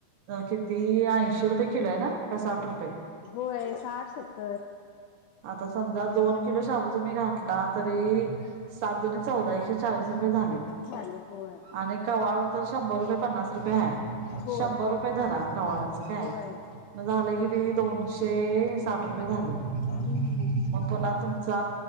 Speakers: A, on the right; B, on the left.
A: किती ऐंशी रुपये किलो आहे ना का साठ रु
B: होय साठ-सत्तर
A: आता समजा दोन किलो शाबू तुम्ही घातला तरी सात दुनी चौदा एकशे चाळीस रुपये झाले,
B: झालं होय
A: आणि कवाळू तर शंभर रुपये पन्नास रुपये हाय
B: होय
A: शंभर रुपये धरा कवाळाच काय
B: होय
A: मग झालं किती दोनशे साठ रुपये झा मग
B: हम्म
A: पुन्हा तुमचा